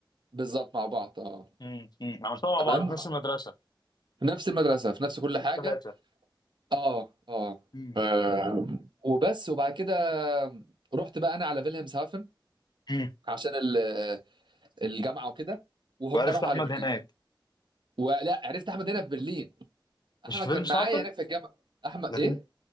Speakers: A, on the right (about 65°); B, on the left (about 55°).
A: بالظبط مع بعض اه
B: امم أمم. عملتها مع
A: تمام
B: بعض في نفس المدرسه
A: في نفس المدرسه في نفس كل حاجه
B: الثلاثه
A: اه اه
B: امم
A: آه، وبس وبعد كده رحت بقى انا على فيلهمز هافن
B: امم
A: عشان ال- الجامعه وكده وهم
B: وعرفت
A: راحوا
B: احمد
A: على برلين
B: هناك
A: ولا عرفت احمد هنا في برلين احمد
B: مش في
A: كان
B: فيلم صافن
A: معايا هناك في الجامعه احمد
B: لكن
A: ايه